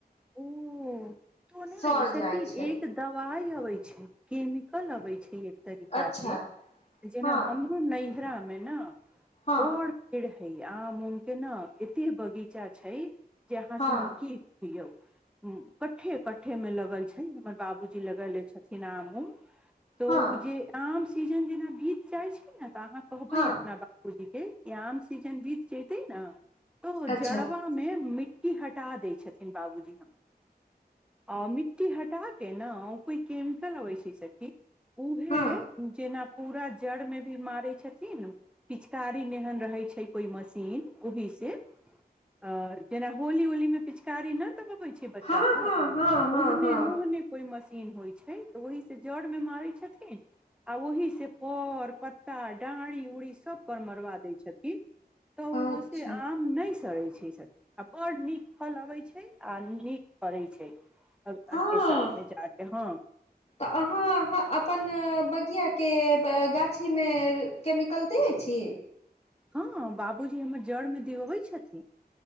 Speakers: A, in the centre; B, on the left.
A: ओ तो ने
B: सड़
A: सखी
B: जाइ
A: कि
B: छै
A: एक दवाइ अबै छै केमिकल अबै छै एक
B: अच्छा
A: जेना
B: हँ
A: हमरो नैहरा मे ने
B: हँ
A: बड़ पेड़ आम उमुमके न एते बगीचा छै जे अहाँ
B: हँ
A: से हम की यौ खे में लगल छै हमर बाबूजी लगेेले छथिन आम उम तऽ ओ
B: हँ
A: जे आम सीजन जेना बीत जाइत छै ने तऽ अहाँ कहबै
B: हँ
A: अपना बापूजीके य आम सीजन बीत जेते न त
B: अच्छा
A: जड़वा मे मिट्टी मिट्टी हटा दै छथिन बाबूजी हमर आ मिट्टी हटा के ने ओ कोइ केमिकल अबै छै सखी उहे
B: हँ
A: जेना पूरा जड़ में भी मारे छथिन पिचकारी नेहन रहे छै कोई मशीन ओहि से आ जेना होली ओलीमे पिचकारी नहि दबबै छै बच्चा
B: हँ
A: सब
B: हँ हँ हँ
A: ओहने
B: हँ
A: ओहने कोइ मशीन होइ छै तऽ ओहि से जड़मे मारै छथिन आ ओही से पर पत्ता डाँड़ी उड़ी सभपर मरवा दै छथिन तऽ
B: अच्छा
A: ओ से आम नहि चड़ै छै सभ आ बड्ड नीक फल अबैत छै आ नीक फड़ैत छै
B: हँ
A: आगे सालमे जाके हँ
B: तऽ अहाँ अपन बगीआ के गाछी मे केमिकल दैत छी
A: हँ बाबूजी हमर जड़मे दिऔबै छथिन